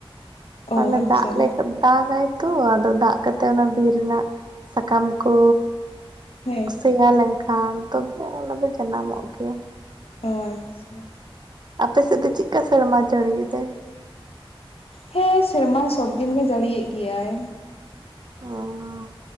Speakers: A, on the left; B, on the right.
A: ᱚ
B: ᱢᱟᱱᱮ
A: ᱟᱪᱪᱷᱟ
B: ᱫᱟᱜ ᱞᱮᱠ ᱫᱟᱜᱟᱭ ᱛᱚ ᱟᱫᱚ ᱫᱟᱜ ᱠᱟᱛᱮᱜ ᱚᱱᱟ ᱵᱤᱨ ᱨᱮᱱᱟᱜ ᱥᱟᱠᱟᱢ ᱠᱚ
A: ᱦᱮᱸ
B: ᱥᱮᱭᱟ ᱞᱮᱱᱠᱷᱟᱱ ᱛᱚᱵᱮ ᱚᱱᱟ ᱫᱚ ᱡᱟᱱᱟᱢᱚᱜ ᱜᱮᱭᱟ
A: ᱚ ᱟᱪᱪᱷᱟ
B: ᱟᱯᱮ ᱥᱮᱫ ᱫᱚ ᱪᱮᱫᱠᱟ ᱥᱮᱨᱢᱟ ᱡᱟᱹᱲᱤ ᱮᱫᱟᱭ
A: ᱦᱮᱸ ᱥᱮᱨᱢᱟ ᱥᱚᱵᱽ ᱫᱤᱱ ᱜᱮ ᱡᱟᱹᱲᱤᱭᱮᱫ ᱜᱮᱭᱟᱭ
B: ᱚ